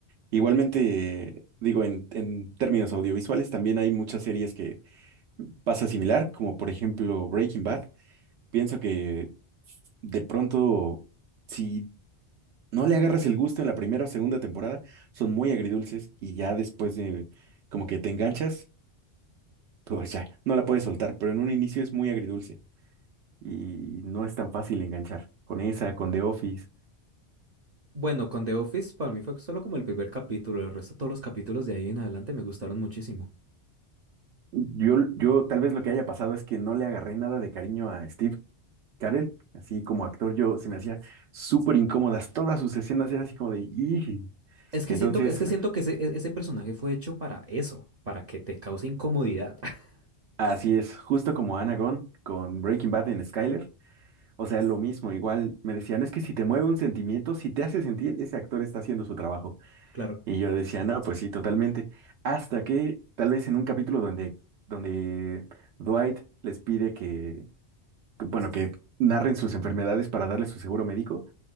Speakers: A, on the right (about 75°); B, on the right (about 45°).
A: Igualmente, digo, en, en términos audiovisuales también hay muchas series que pasa similar, como por ejemplo Breaking Bad. Pienso que de pronto, si no le agarras el gusto en la primera o segunda temporada, son muy agridulces y ya después de como que te enganchas, <laughs> pues ya no la puedes soltar, pero en un inicio es muy agridulce y no es tan fácil enganchar con esa, con The Office.
B: bueno, con The Office para mí fue solo como el primer capítulo. El resto, todos los capítulos de ahí en adelante me gustaron muchísimo.
A: Yo, yo tal vez lo que haya pasado es que no le agarré nada de cariño a Steve Carell, así como actor yo se me hacía súper incómodas, todas sus escenas eran así como de... "Ih".
B: Es que
A: Entonces,
B: siento, es que siento que ese, e- ese personaje fue hecho para eso, para que te cause incomodidad. <laughs>
A: Así es, justo como Anagon con Breaking Bad en Skyler. O sea, lo mismo, igual me decían, es que si te mueve un sentimiento, si te hace sentir, ese actor está haciendo su trabajo.
B: Claro.
A: Y yo decía, no, pues sí, totalmente. Hasta que tal vez en un capítulo donde, donde Dwight les pide que, que, bueno, que narren sus enfermedades para darle su seguro médico,